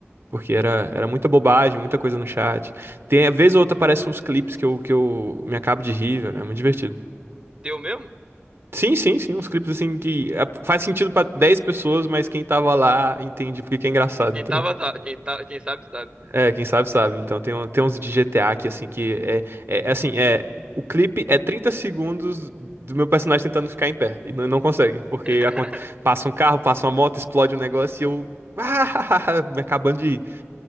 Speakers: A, on the right (about 60°); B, on the right (about 25°).
A: Porque era, era muita bobagem, muita coisa no chat. Tem, vez ou outra aparecem uns clipes que eu, que eu me acabo de rir, velho. É muito divertido.
B: Teu mesmo?
A: Sim, sim, sim, uns clipes assim que é, faz sentido pra 10 pessoas, mas quem tava lá entende porque que é engraçado,
B: Quem
A: entendeu?
B: tava, tá, quem, tá, quem sabe, sabe.
A: É, quem sabe sabe. Então tem, um- tem uns de GTA aqui, assim, que é, é é assim, é. O clipe é 30 segundos do meu personagem tentando ficar em pé. E não, não consegue. Porque
B: <laughs>
A: aconte- passa um carro, passa uma moto, explode um negócio e eu. <laughs> me acabando de ir.